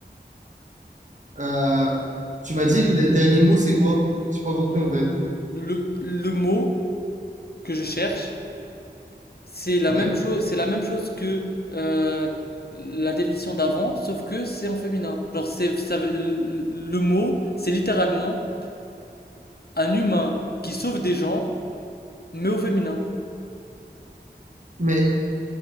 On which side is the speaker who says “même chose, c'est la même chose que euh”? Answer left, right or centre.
Left